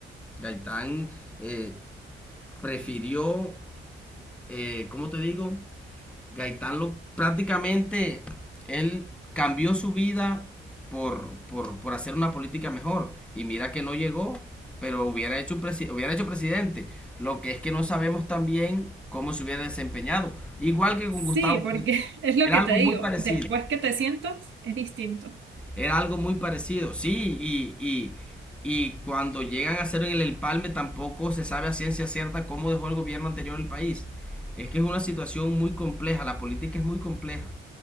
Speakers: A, in the centre; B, on the right.
A: Gaitán eh, prefirió, eh, ¿cómo te digo? Gaitán lo, prácticamente, él cambió su vida por, por, por hacer una política mejor. Y mira que no llegó, pero hubiera hecho, presi- hubiera hecho presidente. Lo que es que no sabemos también cómo se hubiera desempeñado. Igual que con Gustavo
B: Sí, porque
A: Petro.
B: <laughs> es lo
A: Era
B: que
A: algo
B: te digo,
A: muy parecido.
B: después que te siento es distinto.
A: Era algo muy parecido, sí, y, y, y cuando llegan a hacer el empalme tampoco se sabe a ciencia cierta cómo dejó el gobierno anterior el país. Es que es una situación muy compleja, la política es muy compleja.